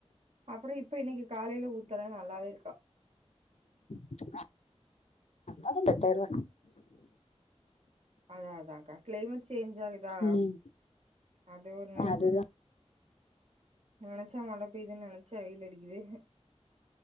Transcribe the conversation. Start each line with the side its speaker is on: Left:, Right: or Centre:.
Right: அப்புறோ இப் இப்ப இன்னைக்கி காலையில ஊத்தல நல்லாவேருக்கா
Left: <unintelligible> அதெல்ல தெர்ல
Right: அதா அதான்கா க்ளைமேட் சேஞ்ச் ஆகுதா
Left: ம்
Right: அது ஒண்ணு
Left: அதுதான்
Right: நெனச்சா மழ பெய்து நெனச்சா வெயில் அடிக்குது